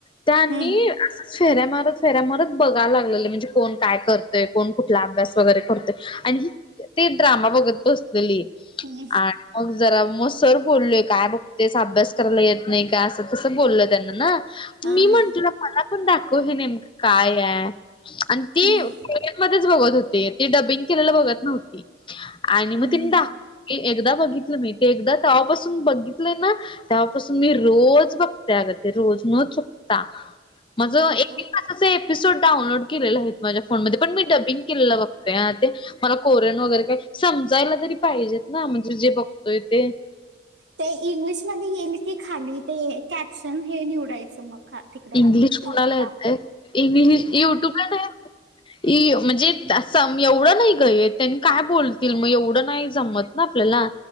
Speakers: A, on the left; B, on the right.
A: त्यांनी
B: हम्म.
A: असंच फेऱ्या मारत, फेऱ्या मारत बघायला लागलेले म्हणजे कोण काय करतय, कोण कुठला अभ्यास वगैरे करतोय. आणि ते ड्रामा बघत बसलेली.
B: <unintelligible>
A: आणि मग जरा म सर बोललोय काय बघतेस अभ्यास करायला येत नाही काय असं तसं बोललय त्यांना ना
B: हा
A: मी
B: हा
A: म्हणटलो मला पण दाखव हे नेमकं काय हाय आणि
B: हम्म.
A: ती मध्येच बघत होते ती डबिंग केलेला बघत नव्हती आणि मग
B: हम्म
A: तिनी दाखवली. एकदा बघितलं मी, ते एकदा तवापासून बघितलंय ना तेव्हापासून मी रोज बघते अग ते रोज न चुकता. माझ एक
B: होय काय
A: असे एपिसोड डाउनलोड केलेले आहेत माझ्या फोनमध्ये, पण मी डबिंग केलेलं बघते हा ते. मला कोरेन वगैरे काय समजायला तरी पाहिजेत ना म्हणजे जे बघतोय ते.
B: ते इंग्लिशमध्ये येईल की खाली ते कॅप्शन हे निवडायचं मग. खा- तिकडं
A: इंग्लिश
B: युट्यूबला
A: कोुणाला येतंय इंग्लिश युट्यूबला नाही इ म्हणजे असं एवढं नाही ग येत आणि काय बोलतील मग एवढं नाही जमत ना आपल्याला.